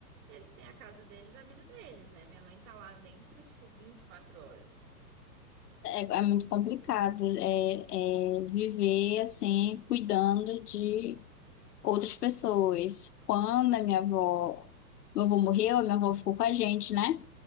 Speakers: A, on the right (about 25°); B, on the left (about 70°).
A: eles têm a casa deles, a vida deles, né? Minha mãe tá lá dentro, tipo, 24 horas.
B: É, é, é muito complicado. É, é viver assim, cuidando de outras pessoas. Quando a minha avó, meu avô morreu, a minha avó ficou com a gente, né?